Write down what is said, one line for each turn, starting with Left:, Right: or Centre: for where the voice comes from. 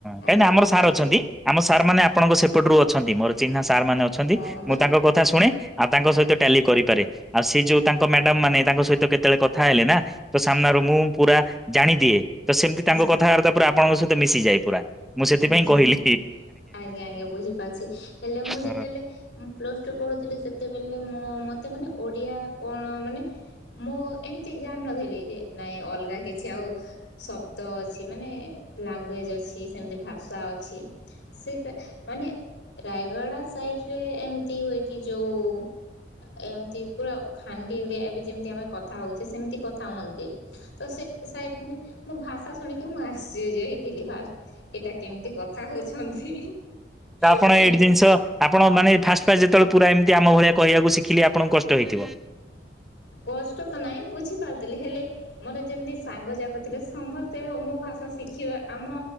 Centre: କାହିଁକିନା
Left: ଆଜ୍ଞା
Centre: ଆମର
Left: ବୁଝିପାର
Centre: ସାର୍ ଅଛନ୍ତି ଆମ ସାର୍ ମାନେ ଆ ଆପଣଙ୍କ ସେପଟରୁ ଅଛନ୍ତି ମୋଯ ଚିହ୍ନା ସ ସାର୍ ମାନେ ଅଛନ୍ତି
Left: ହଁ ମାନେ
Centre: ମୁଁ ତାଙ୍କ କଥା ଶୁଣେ ଆଉ ତାଙ୍କ ସହିତ ଟାଲି କରିପାରେ। ଆଉ ସେ ଯୋଉ ତାଙ୍କ ମ୍ୟାଡାମ୍ ମାନେ ତାଙ୍କ ସହିତ କେତେବେଳେ କଥା ହେଲେ ନା ତ ସାମ୍ନାରୁ ମୁଁ ପୁରା ଜାଣିଦିଏ। ତ ସେମିତି
Left: ହୁଁ
Centre: ତାଙ୍କ କଥାବାର୍ତ୍ତା ପୁରା ଆପଣଙ୍କ ସହିତ ମିଶିଯାଏ। ପୁରା ମୁଁ ସେଥିପାଇଁ
Left: ହୁଁ ହୁଁ ଆଜ୍ଞା
Centre: କହିଲି
Left: ଆଜ୍ଞା ବୁଝିପାରୁଛି ହେଲେ ମୁଁ ଯେତେବେଳେ
Centre: ହଁ
Left: ମୁଁ ପ୍ଲସ୍ ଟୁ ପଢୁଥିଲି ସେତ୍ ସେତେବେଲେ ମୁଁ ମତେ ମାନେ ଓଡିଆ କଣ ମାନେ ମୁଁ ଏମତି ଜାଣିନଥିଲି ଯେ ନାଇଁ ଅଲଗା କିଛି ଆଉ ଶବ୍ଦ ଅଛି ମାନେ ଲାଙ୍ଗୁଏଜ୍। ଇଅଛି ସେମିତି ଭାଷା ଅଛି ସେ ମାନେ ରାୟଗଡା ସାଇଡରେ ଏମତି ହୁଏ କି ଯୋଉ ଏମିତି ପୁରା ଖାଣ୍ଡି ଓଡିଆ ଏବେ ଯେମିତି ଆମେ କଥା ହଉଛେ ସେମିତି କଥା ହୁଅନ୍ତି, ତ ସେ ସାଇଡ୍ ମୋ ଭାଷା ଶୁଣିକି ମୁଁ ଆଶ୍ଚର୍ଯ୍ୟ ହେ ଥିଲି ଫାଷ୍ଟ୍ ଏଇଟା କେମିତି କଥା ହଉଛନ୍ତି ବିଇଇ
Centre: ତ
Left: ସେମିତି।
Centre: ଆପଣ ଏଇଠି ଜିନିଷ ଆପଣ ମାନେ ଫାଷ୍ଟ ଫାଷ୍ଟ ଯେତେବେଳେ ପୁରା ଏମିତି ଆମ ଭଳିଆ କହିବାକୁ ଶିଖିଲି ଆପଣଙ୍କୁ କଷ୍ଟ ହେଇଥିବ।
Left: କଷ୍ଟ ତ ନାଇଁ ବୁଝିପାରୁଥିଲି ହେଲେ ମୋର ଯେମିତି ସାଙ୍ଗଯାକ ଥିଲେ ସମସ୍ତେ ମୋ ଭାଷା ଶିଖିବେ ଆମ